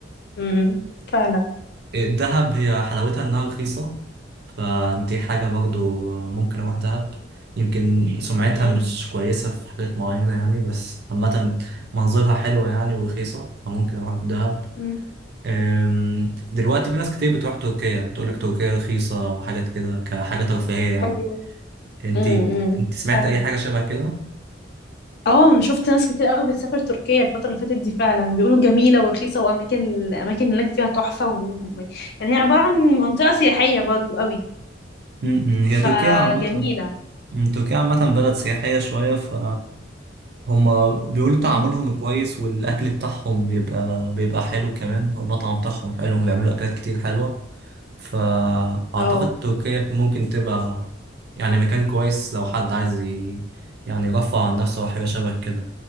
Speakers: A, on the left (about 60°); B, on the right (about 60°).
A: امم فعلا
B: دهب هي حلاوتها انها رخيصة فدي حاجة برضو ممكن اروح دهب يمكن سمعتها
A: مم.
B: مش كويسة في حاجات معينة يعني بس عامة منظرها حلوة يعني ورخيصة فممكن اروح دهب
A: امم
B: أم، دلوقتي في ناس كتير بتروح تركيا بتقولك تركيا رخيصة وحاجات كده كحاجة ترفيهية يعني
A: ايوه
B: انت
A: امم
B: انت سمعت
A: فعلا
B: اي حاجة شبه كده؟
A: اه انا شفت ناس كتير قوي بتسافر تركيا الفترة اللي فاتت دي فعلا بيقولوا جميلة ورخيصة واماكن الاماكن هناك فيها تحفة و... يعني هي عبارة عن منطقة سياحية برضو قوي
B: م- م، هي
A: فجميلة
B: تركيا عامة م، تركيا عامة بلد سياحية شوية ف هما بيقولوا تعاملهم
A: امم
B: كويس والأكل بتاعهم بيبقى بيبقى حلو كمان والمطعم بتاعهم حلو هم بيعملوا أكلات كتير حلوة فأعتقد
A: اه
B: تركيا ممكن تبقى يعني مكان كويس لو حد عايز ي... يعني يرفع عن نفسه أو حاجة شبه كده